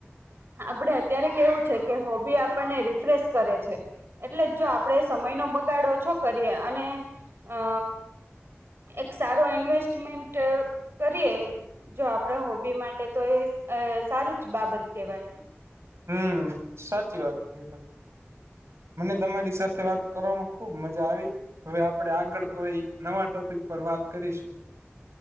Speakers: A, on the right; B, on the right.
A: આપડે અત્યારે કેવું છે કે હોબી આપણને રિફ્રેશ કરે છે. એટલે જો આપણેે સમયનો બગાડો ઓછો કરીએ અને અ એક સારો ઈન્વેસ્ટમેન્ટ કરીએ. જો આપણા હોબી માટે તો એ સારું જ બાબત કેવાય એમ.
B: હમ્મ સાચી વાત <inaudible> મને તમારી સાથે વાત કરવામાં ખુબ મજા આવી હવે આપડે આગળ કોઈ નવા ટોપિક પર વાત કરીશું.